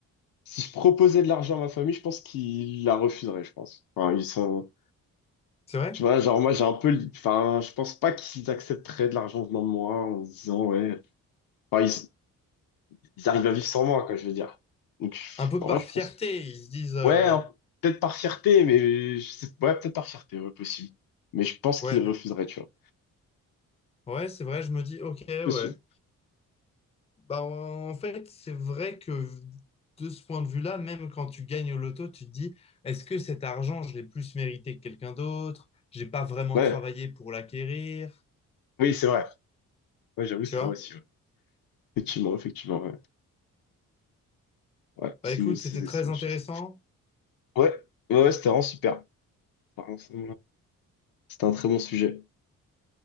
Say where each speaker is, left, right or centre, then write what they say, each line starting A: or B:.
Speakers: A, on the left; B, on the left.
A: si je proposais de l'argent à ma famille, je pense qu'ils la refuseraient, je pense. Enfin, ils sont,
B: C'est vrai?
A: tu vois, genre, moi, j'ai un peu, le- enfin, je pense pas qu'ils accepteraient de l'argent venant de moi en se disant, ouais. Enfin, ils- ils arrivent à vivre sans moi, quoi, je veux dire. Donc, je-
B: Un peu
A: en
B: par
A: vrai, je
B: fierté,
A: pense que...
B: ils se disent, euh,
A: Ouais, hein, peut-être par fierté, mais... Je sais... Ouais, peut-être par fierté, ouais, possible. Mais je pense
B: ouais,
A: qu'ils refuseraient, tu vois.
B: ouais, c'est vrai, je me dis, ok, ouais.
A: Possible.
B: Bah, en fait, c'est vrai que de ce point de vue-là, même quand tu gagnes au loto, tu te dis, est-ce que cet argent, je l'ai plus mérité que quelqu'un d'autre? J'ai pas vraiment
A: Ouais,
B: travaillé pour l'acquérir,
A: oui, c'est vrai. Ouais, j'avoue,
B: tu
A: c'est
B: vois?
A: vrai aussi, ouais. Effectivement, effectivement, ouais. Ouais, c'est
B: Bah, écoute,
A: une, autre-
B: c'était
A: c'est,
B: très
A: c'est une
B: intéressant.
A: autre chose. Ouais, ouais, ouais, c'était vraiment super. Vraiment, c'est- C'était un très bon sujet.